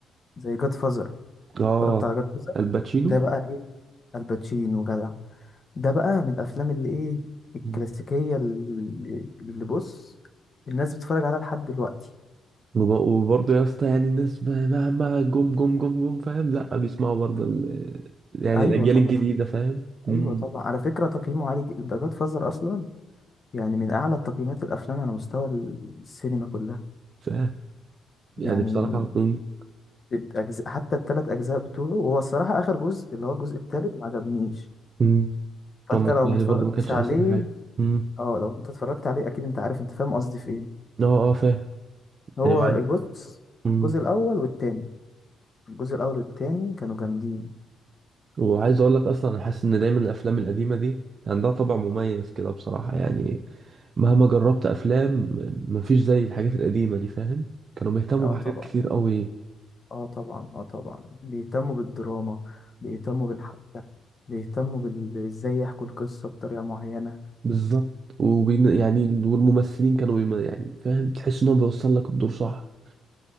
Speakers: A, on the left (about 35°); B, on the right (about 45°).
A: زي جاد فازر
B: اه
A: اتفرجت على جاد فازر
B: الباتشينو
A: ده بقى إيه الباتشينو جدع ده بقى من الافلام اللي ايه الكلاسيكيه
B: مم.
A: اللي اللي بص الناس بتتفرج عليها لحد دلوقتي
B: وب- وبرضه يا اسطى يعني الناس ب- مهما جم جم جم جم فاهم لا بيسمعوا برضه ال... يعني
A: ايوه
B: الاجيال
A: طبعا
B: الجديده فاهم امم
A: ايوه طبعا على فكره تقييمه عالي جدا ده جاد فازر اصلا يعني من اعلى تقييمات الافلام على مستوى ال- السينما كلها
B: فاهم يعني
A: يعني
B: بصراحه مم.
A: الأجزاء حتى الثلاث اجزاء بتوعه وهو الصراحه اخر جزء اللي هو الجزء الثالث ما عجبنيش
B: امم
A: فانت
B: هم
A: لو
B: يعني
A: ما اتفرجتش
B: برضه ما كانش
A: عليه
B: احسن حاجه امم
A: اه لو انت اتفرجت عليه اكيد انت عارف انت فاهم قصدي في ايه
B: اه اه فاهم
A: هو
B: يعني وعايز
A: بص
B: امم
A: الجزء الاول والتاني الجزء الاول والتاني كانوا جامدين
B: وعايز اقول لك اصلا انا حاسس ان دايما الافلام القديمه دي عندها طابع مميز كده بصراحه يعني مهما جربت افلام مفيش زي الحاجات القديمه دي فاهم كانوا بيهتموا
A: اه
B: بحاجات
A: طبعا
B: كتير قوي
A: اه طبعا اه طبعا بيهتموا بالدراما بيهتموا بالحبكة بيهتموا بال- ازاي يحكوا القصة بطريقة معينة
B: بالظبط وبين يعني
A: مم.
B: والممثلين كانوا بيم... يعني فاهم تحس ان هو بيوصل لك الدور صح